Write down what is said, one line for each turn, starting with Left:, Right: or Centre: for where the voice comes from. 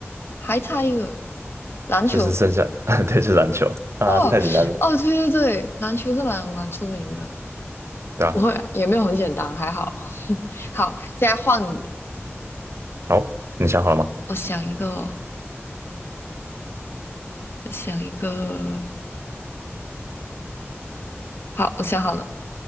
Left: 还差一个篮球。
Right: 就是剩下，<laughs> 对，就是篮球，啊，
Left: 哦哦，
Right: 这太简单了，
Left: 对对对，篮球是蛮蛮出名的，
Right: 对吧？
Left: 不会也没有很简单，还好。<laughs> 好，现在换你，
Right: 好，你想好了吗？
Left: 我想一个，我想一个。好，我想好了，